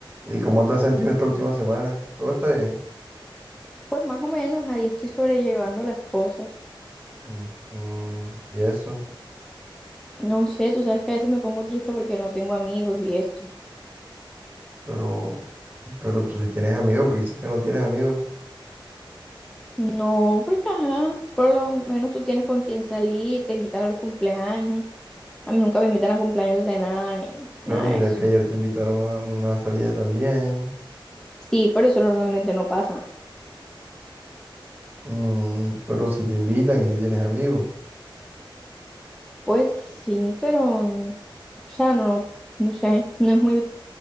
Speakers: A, on the right; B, in the centre.
A: ¿Y cómo te has sentido esta última semana? Todo está bien.
B: Pues más o menos ahí estoy sobrellevando las cosas.
A: Mm, mm, y eso.
B: No sé, tú sabes que a veces me pongo triste porque no tengo amigos y esto.
A: Pero, pero tú sí tienes amigos, porque dices que no tienes amigos.
B: No, porque ajá, por lo menos tú tienes con quién salir, te invitan a los cumpleaños. A mí nunca me invitan a cumpleaños de nada, ni
A: Pero
B: nada
A: mira
B: de eso.
A: que ayer te invitaron a una salida también.
B: Sí, pero eso normalmente no pasa.
A: Mm, pero si te invitan y si tienes amigos.
B: Pues sí, pero, mm, o sea, no, no sé, no es muy